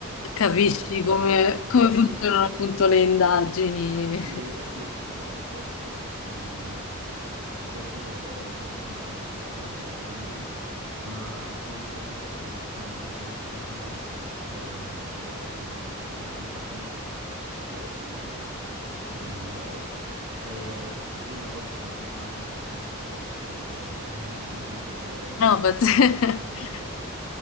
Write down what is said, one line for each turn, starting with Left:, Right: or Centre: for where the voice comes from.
Right: eh,
Left: Capisci
Right: da dire,
Left: come,
Right: ok,
Left: come funzionano
Right: sì, come...
Left: appunto le indagini
Right: Sì, infatti, tipo a proposito, mh, penso che l'abbia sentito anche tu con eh, Elisa, ma quasi sempre quando c'è un'indagine da fare, eh, c'è di mezzo il RIS di Parma, che sono tipo i migliori. E io una volta sono andato a Parma praticamente apposta per vedere <laughs> l'edificio dove,
Left: No, but <laughs>
Right: dove lavorano.